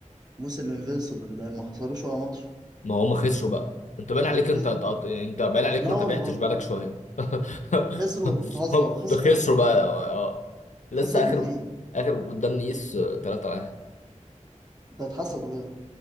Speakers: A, on the right; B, on the left.
A: موسم انفنسبل ما خسروش ولا ماتش
B: ما هم خسروا بقى انت باين عليك انت
A: خس...
B: انت انت باين عليك
A: لا
B: ما
A: والله
B: تابعتش بالك شويه
A: خسروا
B: <laughs>
A: بتهزر
B: هم
A: خسروا
B: ده خسروا
A: امتى
B: بقى اه لسه
A: خسروا
B: اخر
A: ضد مين
B: اخر قدام نيس 3 1
A: ده اتحسدوا كده